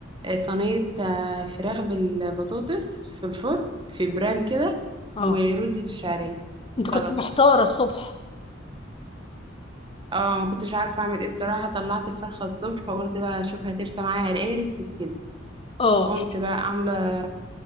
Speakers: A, on the right (about 25°); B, on the left (about 30°).
A: آه، صينية آه، فراخ بالبطاطس في الفرن في برام كده
B: اه
A: ورز بالشعرية
B: انت كنت
A: سلطة
B: محتاره الصبح
A: اه ما كنتش عارفة اعمل ايه الصراحة طلعت الفرخة الصبح وقلت بقى اشوف هترسى معايا على ايه رسيت كده
B: اه
A: قمت بقى عاملة